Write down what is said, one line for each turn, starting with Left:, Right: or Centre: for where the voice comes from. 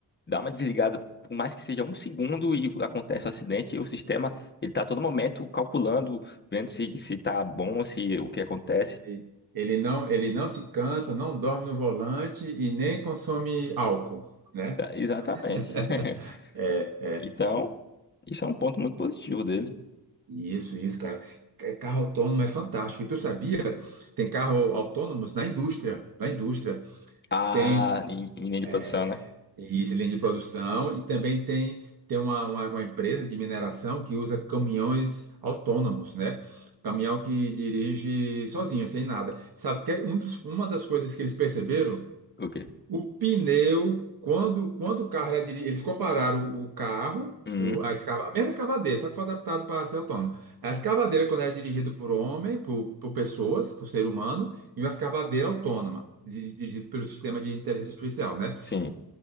Left: dá uma desligada, por mais que seja um segundo e acontece
Right: isso.
Left: o acidente, e o sistema ele está a todo momento calculando, vendo se se está bom, se o que acontece.
Right: Ele, ele não, ele não se cansa, não dorme no volante e nem consome álcool, né?
Left: Tá, Exatamente.
Right: <laughs>
Left: <laughs>
Right: É, é.
Left: Então, isso é um ponto muito positivo dele.
Right: Isso, isso, cara. Ca- Carro autônomo é fantástico. E tu sabia? Tem carro autônomos na indústria, na indústria.
Left: Ah,
Right: Tem
Left: em em linha de
Right: É,
Left: produção, né?
Right: e isso, linha de produção, e também tem, tem uma, uma, uma empresa de mineração que usa caminhões autônomos, né? Caminhão que dirige sozinho, sem nada. Sabe que é um dos- uma das coisas que eles perceberam?
Left: O quê?
Right: O pneu, quando, quando o carro era diri- eles compararam o carro,
Left: Uhum,
Right: o, a, escava, a mesma escavadeira, só que foi adaptado para ser autônomo. A escavadeira, quando era dirigida por homem, por, por pessoas, por ser humano, e uma escavadeira autônoma, di- dirigida pelo sistema de inteligência artificial, né?
Left: sim.